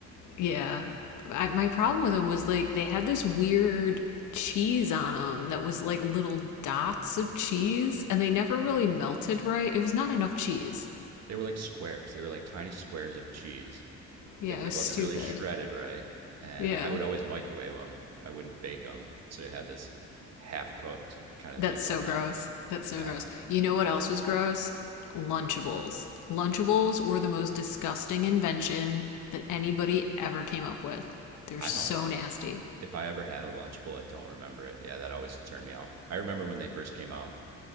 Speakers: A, on the left; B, on the right.
A: Yeah. I, my problem with them was like they had this weird cheese on them that was like little dots of cheese and they never really melted right. It was not enough cheese.
B: They were like squares, they were like tiny squares of cheese.
A: Yeah,
B: Like
A: it
B: it
A: was
B: wasn't
A: stupid.
B: really shredded right. And
A: Yeah.
B: I would always microwave them, I wouldn't bake them. So you had this half cooked kind of
A: That's
B: thing going
A: so gross.
B: on.
A: That's so
B: Yeah.
A: gross. You know what else was gross? Lunchables. Lunchables were the most disgusting invention that anybody ever came up with. They're
B: I
A: so
B: don't,
A: nasty.
B: if I ever had a Lunchable, I don't remember it. Yeah, that always turned me off. I remember when they first came out,